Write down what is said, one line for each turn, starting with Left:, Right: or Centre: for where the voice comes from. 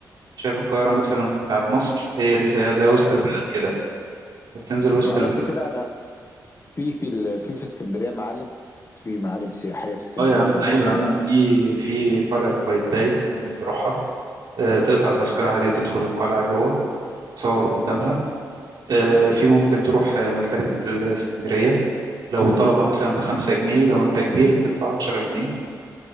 Right: شايف القاهرة مثلا بتاعت مصر هي دي زيها زي وسط
Left: آه،
Right: البلد كده بتنزل وسط
Left: وعلى
Right: البلد
Left: قد كده انا في في ال- في في اسكندريه معالم في معالم سياحيه في اسكندريه
Right: اه يا عم
Left: غير البحر
Right: ايوه يا عم
Left: يعني
Right: في في قلعة قايتباي ممكن تروحها آه، تقطع تذكرة عادي وتدخل القلعة جوه تتصور قدامها آه، في ممكن تروح آه، مكتبة الإسكندرية لو طلبة مثلا بخمسة جنيه لو أنت كبير بتدفع عشرة جنيه